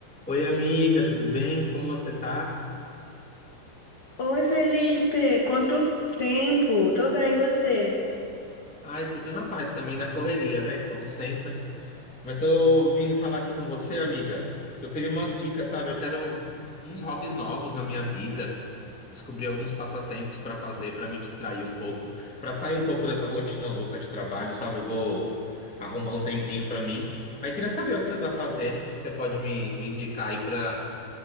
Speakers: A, in the centre; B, on the left.
A: Oi, amiga, tudo bem? Como você tá?
B: Oi, Felipe! Quanto tempo? Tô bem, e você?
A: Ai, tudo na paz também, na correria, né? Como sempre. Mas tô vindo falar aqui com você, amiga. Eu queria umas dicas, sabe? Eu quero uns hobbies novos na minha vida, descobrir alguns passatempos para fazer, para me distrair um pouco, para sair um pouco dessa rotina louca de trabalho, sabe? Eu vou arrumar um tempinho para mim. Aí queria saber o que você tá fazendo, o que que você pode me, me indicar aí para